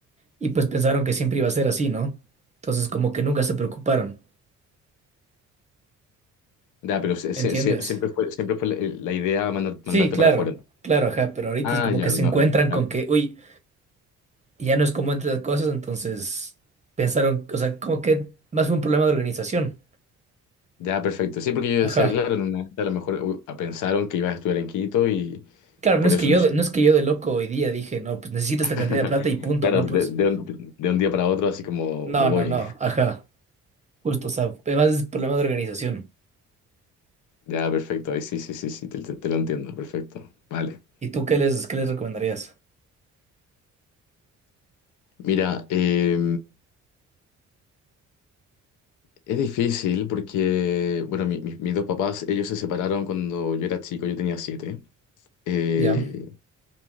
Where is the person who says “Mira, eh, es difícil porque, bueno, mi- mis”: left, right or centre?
Left